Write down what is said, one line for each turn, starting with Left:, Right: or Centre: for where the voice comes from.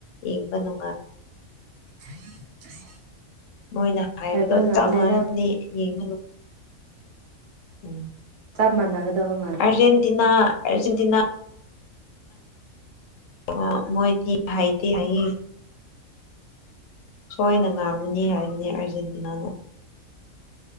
Left: ꯌꯦꯡꯕ ꯅꯨꯡꯉꯥꯏ
Right: <unintelligible>
Left: ꯃꯣꯏꯅ ꯍꯥꯏꯕꯗꯣ
Right: ꯍꯥꯏꯕ ꯉꯝꯗꯦꯗ
Left: ꯆꯞ ꯃꯥꯟꯅꯅꯤ ꯌꯦꯡꯕ ꯎꯝ
Right: ꯆꯞ ꯃꯅꯅꯥꯒꯗꯕ ꯃꯥꯂꯦ
Left: ꯑꯔꯖꯦꯟꯇꯤꯅꯥ ꯑꯔꯖꯦꯟꯇꯤꯅꯥ ꯑ ꯃꯣꯏ ꯇꯤ ꯍꯩꯇꯤ ꯍꯩꯌꯦ ꯁꯣꯏꯅ ꯉꯥꯝꯂꯤꯅꯤ ꯍꯥꯏꯔꯤꯕꯅꯤ ꯑꯔꯖꯦꯟꯇꯤꯅꯥꯅ